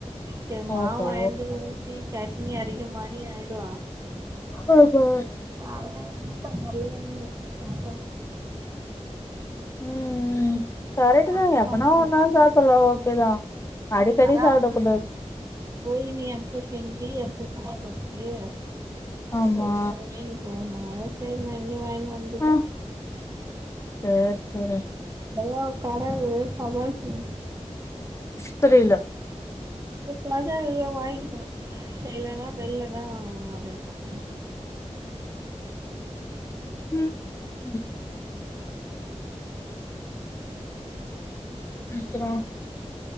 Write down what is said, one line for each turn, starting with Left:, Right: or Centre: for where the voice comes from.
Right: சேர் மாவுவாய்ந்து
Left: ஓஹோ
Right: ஊத்தி சட்னி அரைக்க மணி ஆய்டுவா
Left: ஓ ஹோ
Right: அதல்லா என் மூத்தாரு மாரியே இருக்கும் சாப்பாடு
Left: ம் ம் கரெக்டு
Right: அவங்க
Left: தான் எப்பனா
Right: சொன்னாங்க
Left: ஒரு நாள் சாப்படலாம் ஓகே தான் அடிக்கடி
Right: அதான்
Left: சாப்பிடக்
Right: அவங்களுக்கு
Left: கூடாது
Right: சொன்னாங்க போய் நீ எப்போ செஞ்சி எப்போ சாப்பறத்து
Left: ஆமா
Right: ஒலுங்கா வாய்னு போன்னாங்க சேரி நா இங்கே வாய்னு வந்துட்ட
Left: ஆ சேர் சேர்
Right: நல்லா கட இருக்க சமாளிசிட்டு
Left: புரில
Right: எப்பனாது இங்க வாங்கிட்டு போற செய்லன்னா வெள்ல தான் வாங்கன மாரி இருக்கும்
Left: ம் ம் குடா